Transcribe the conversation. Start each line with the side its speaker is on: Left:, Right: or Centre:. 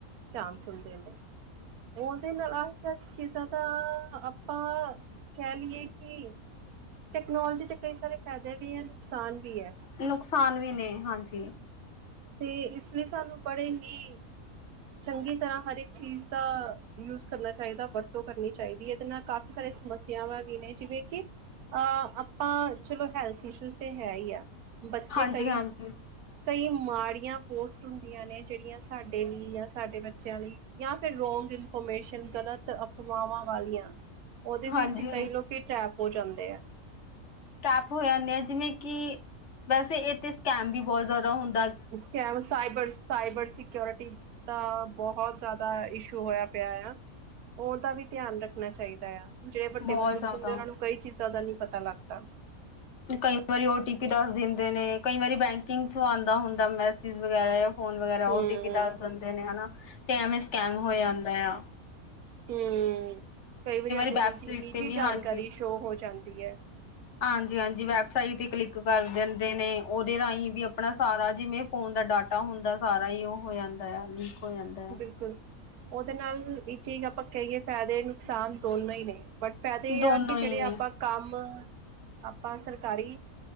Right: ਚਾਮ ਸੁਲਦੇ ਡ ਉਹਦੇ ਨਾਲ ਲਾਲ ਚਛੀਜ਼ਾਂ ਤਾਂ ਆਪਾਂ ਕਹਿ ਲਈਏ ਕਿ ਟੈਕਨੋਲੋਜੀ ਦੇ ਕਈ ਸਾਰੇ ਫਾਇਦੇ ਵੀ ਹੈ ਨੁਕਸਾਨ ਵੀ ਹੈ
Left: ਨੁਕਸਾਨ ਵੀ ਨੇ ਹਾਂਜੀ
Right: ਤੇ ਇਸ ਲਈ ਸਾਨੂੰ ਪੜ੍ਹੇਗੀ ਚੰਗੀ ਤਰ੍ਹਾਂ ਹਰ ਇੱਕ ਚੀਜ਼ ਦਾ ਯੂਜ ਕਰਨਾ ਚਾਹੀਦਾ ਵਰਤੋਂ ਕਰਨੀ ਚਾਹੀਦੀ ਇਹਦੇ ਨਾਲ ਕਾਫੀ ਸਾਰੇ ਸਮੱਸਿਆਵਾਂ ਵੀ ਨੇ ਜਿਵੇਂ ਕਿ ਅਹ ਆਪਾਂ ਚਲੋ ਹੈਲਥ ਇਸ਼ੂ ਤੇ ਹੈ ਹੀ ਆ ਬੱਚੇ
Left: ਹਾਂਜੀ
Right: ਕਈ
Left: ਹਾਂਜੀ
Right: ਕਈ ਮਾੜੀਆਂ ਪੋਸਟ ਹੁੰਦੀਆਂ ਨੇ ਜਿਹੜੀਆਂ ਸਾਡੇ ਲਈ ਜਾਂ ਸਾਡੇ ਬੱਚਿਆਂ ਲਈ ਜਾਂ ਫਿਰ ਰੋ ਗਲਤ ਅਫਵਾਵਾਂ ਵਾਲੀਆਂ ਉਹਦੇ
Left: ਹਾਂਜੀ
Right: ਵਿੱਚ ਕਈ ਲੋਕ ਟੈਪ ਹੋ ਜਾਂਦੇ ਹੈ
Left: ਟੈਪ ਹੋ ਜਾਂਦੇ ਆ ਜਿਵੇਂ ਕਿ ਵੈਸੇ ਇਹਥ ਸਕੈਮ ਵੀ ਬਹੁਤ ਜ਼ਿਆਦਾ ਹੁੰ
Right: ਕ ਸਾਈਬਰ ਸਾਈਬਰ ਸੀ ਸਕਓਰਿਟੀ ਦਾ ਬਹੁਤ ਜ਼ਿਆਦਾ ਇਸ਼ੂ ਹੋਇਆ ਪਿਆ ਆ ਉਹਦਾ ਵੀ ਧਿਆਨ ਰੱਖਣਾ ਚਾਹੀਦਾ ਆ ਜਿਹੜੇ ਵੱਡੇ
Left: ਬਹੁਤ
Right: ਬਜ਼ੁਰਗ
Left: ਜ਼ਿਆਦਾ
Right: ਹੁੰਦੇ ਉਹਨਾਂ ਨੂੰ ਕਈ ਚੀਜ਼ਾਂ ਦਾ ਨਹੀਂੀ ਪਤਾ ਲੱਗਦਾ
Left: ਕਈ ਵਾਰੀ ਓਟੀ ਪੀ ਦੱਸ ਦਿੰਦੇ ਨੇ ਕਈ ਵਾਰੀ ਬੈਂਕਿੰਗ ਚੋਂ ਆਉਂਦਾ ਹੁੰਦਾ ਮੈਸਜ ਵਗੈਰਾ ਫੋਨ ਵਗਰਾ
Right: ਹੂੰ
Left: ਓਟੀ ਪੀ ਦੱਸ ਦਿੰਦੇ ਨੇ ਹਨਾ ਤੇ ਐਵੇ ਸਕੈਮ ਹੋ ਜਾਂਦਾ ਆ
Right: ਹਮ ਕਈ ਵਾਰੀ ਆਪਣੀ
Left: ਵੈਬਸਾਈਟ
Right: ਨਿੱਜੀ ਨਿੱਜੀ
Left: ਤੇ ਵੀ
Right: ਜਾਣਕਾਰੀ
Left: ਹਾਂਜੀ
Right: ਸ਼ੋਅ ਹੋ ਜਾਂਦੀ ਹੈ
Left: ਹਾਂਜੀ ਹਾਂਜੀ ਵੈਬਸਾਈਟ ਤੇ ਕਲਿੱਕ ਕਰ ਦਿੰਦੇ ਨੇ ਉਹਦੇ ਰਾਹੀਂ ਵੀ ਆਪਣਾ ਸਾਰਾ ਜਿਵੇਂ ਫੋਨ ਦਾ ਡਾਟਾ ਹੁੰਦਾ ਸਾਰਾ ਹੀ ਉਹ ਹੋ ਜਾਂਦਾ ਹੈ ਲੀਕ ਹੋ ਜਾਂਦਾ ਹੈ
Right: ਬਿਲਕੁਲ ਉਹਦੇ ਨਾਲ ਇੱਕ ਚੀਜ਼ ਆਪਾਂ ਕਹੀਏ ਫਾਇਦੇ ਨੁਕਸਾਨ ਦੋਨੋ ਹੀ ਨੇ ਬਟ ਫੇਦੇ ਇਹ
Left: ਦੋਨੋ
Right: ਆ ਕਿ
Left: ਹੀ
Right: ਜਿਹੜੇ
Left: ਨੇ
Right: ਆਪਾਂ ਕੰਮ ਆਪਾਂ ਸਰ ਕਾਰੀ